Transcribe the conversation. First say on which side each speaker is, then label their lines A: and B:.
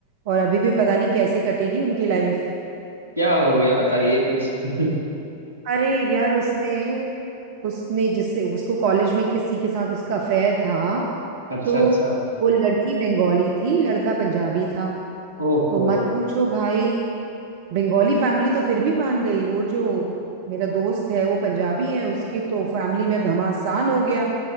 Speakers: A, on the right; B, on the right.
A: और अभी भी पता नहीं कैसे कटेगी उनकी लाइफ
B: क्या हो गया बताइए कुछ <laughs>
A: अरे यार उसने उसने जिससे उसको कॉलेज में किसी के साथ उसका अफेयर था
B: अच्छा
A: तो
B: अच्छा
A: वो लड़की बंगाली थी लड़का पंजाबी था
B: ओहो
A: तो मत पूछो भाई बंगाली फैमिली तो फिर भी मान गई वो जो मेरा दोस्त है वो पंजाबी है उसकी तो फैमिली में घमासान हो गया